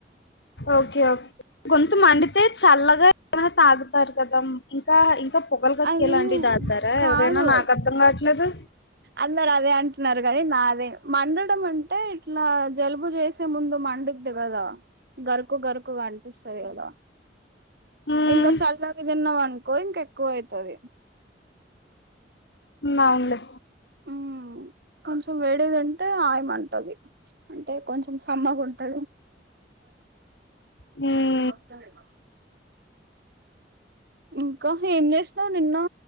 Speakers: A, on the left; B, on the right.
A: ఓకే ఓక్ గొంతు మండితే చల్లగా ఏమైనా తాగుతారు కదా ఇంకా ఇంకా పొగలు కక్కేలాంటివి
B: అది
A: తాగుతారా
B: కాదు
A: ఎవరైనా నాకు అర్ధం కాట్లేదు
B: అందరు అదే అంటున్నారు కానీ నాదే మండడం అంటే ఇట్లా జలుబు చేసి సే ముందు మండుద్ది కదా గరుకు గరుకుగా అనిపిస్తది కదా
A: హ్మ్.
B: ఇంకా చల్లగా తిన్నావ్ అనుకో ఇంకా ఎక్కువ అయితది
A: మ్ అవున్లే
B: ఉ కొంచెం వేడేదింటే ఆయ్ మంటది అంటే కొంచెం సమ్మగా ఉంటది
A: మ్
B: మేం వస్తలేమా ఇంకా ఏం చేసినావు నిన్న